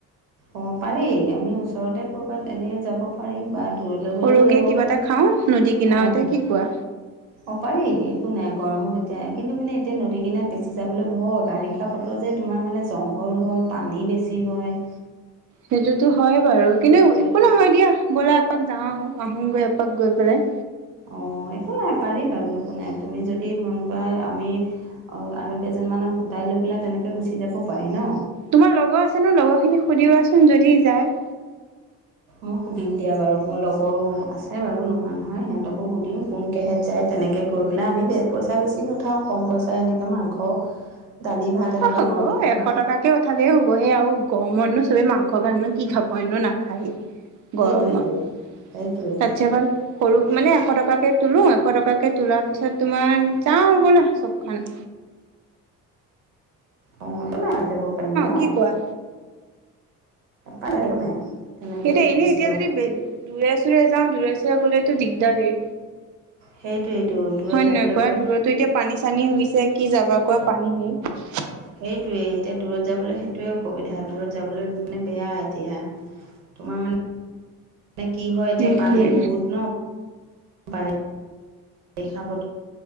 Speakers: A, on the right; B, on the right.
A: অ পাৰি আমি ওচৰতে ক'ৰবাত এনে যাব পাৰি বা দূৰলে
B: সৰুকে
A: গ'লেও যাব
B: কিবা
A: পাৰি
B: এটা খাওঁ নদী কিনাৰতে
A: অঁহ'।
B: কি কোৱা
A: অঁ পাৰি একো নাই গৰমত এতিয়া কিন্তু মানে এতিয়া নদী কিনাত বেচি যাবলে ভয় বাৰিষ ষাপত যে তোমাৰ মানে জংঘল হয় পানী বেছি হয়
B: সেইটোতো হয় বাৰু কিন্তু
A: সেইটো
B: একো নহয় দিয়া ব'লা এপাক যাওঁ আহোঁগৈ এপাক গৈ পেলাই।
A: অঁ একো নাই পাৰি বাৰু একো নাই তুমি যদি মন কৰা আমি অ আৰু কেইজনমানক গোটাই লৈ পেলাই তেনেকৈ গুচি যাব পাৰি ন।
B: তোমাৰ লগৰ আছে ন লগৰখিনিক সুধিবাচোন যদি যায়।
A: অঁ সুদিম দিয়া বাৰু মোৰ লগৰো আছে বাৰু নহোৱা নহয় সিহঁতকো সুধিম কোনকেহেঁত- যায় তেনেকে কৰি পেলাই আমি পইচা বেছি নোথাওঁ কম পইচাই এনেকে মাংখ দালি ভাত এনেকৈ
B: অ হ'ব
A: নৰ্মেলি
B: এশ
A: ধৰা
B: টকাত কে ওঠালেও হ'বহে আৰু গৰমতনো চবে মাংস গালনো কি খাব এনো নাখায়ে।
A: সেইটোৱেইটো
B: গৰমত,
A: সেইটোৱেই
B: তাত চে ভাল। সৰুক মানে এশ টকাকে তোলো এশ টকাকে তোলাৰ পিছত তোমাৰ যাওঁ ব'লা চব খন।
A: অ একো নাই আমি যাব পাৰিম ন,
B: কি কোৱা
A: কাল একো নাই। তেনেকৈ
B: সেইটো এনেই
A: গুচি
B: এতিয়া
A: যাব
B: যদি
A: পাৰে
B: দূৰে চোৰে যাওঁ দূৰে চোৰে গ'লেতো দিগদাৰেই।
A: সেইটোৱেইটো দূৰত
B: হয়
A: যাবলৈ
B: নহয়
A: অকণ
B: ক দূৰতো এতিয়া- পানী চানীই হৈছে কি যাব কোৱা পানী সেই।
A: সেইটোৱে এতিয়া দূৰত যাবলৈ সেইটোৱে অসুবিধা দূৰত যাবলৈ মানে বেয়া এতিয়া। তোমাৰ মানে মানে কি হয়
B: সেইটোৱে
A: এতিয়া পানী বহুত- বাৰি বাৰিষা বতৰ।